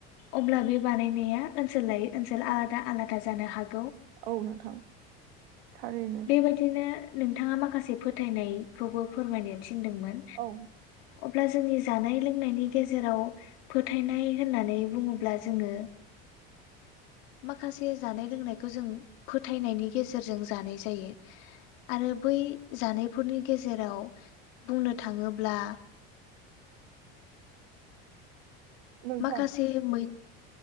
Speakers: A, on the left; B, on the right.
A: अब्ला बे बानायनाया ओनसोल लायै ओनसोल आलादा आलादा जानो हागौ।
B: औ नोंथां थारैनो
A: बेबायदिनो नोंथाङा माखासे फोथायनायखौबो फोरमायनो थि थिनदोंमोन
B: औ
A: अब्ला जोंनि जानाय लोंनायनि गेजेराव फोथायनाय होननानै बुङोब्ला जोङो माखासे जानाय लोंनायखौ जों फोथायनायनि गेजेरजों जानाय जायो आरो बै जानायफोरनि गेजेराव बुंनो थाङोब्ला
B: नोंथां
A: माखासे मै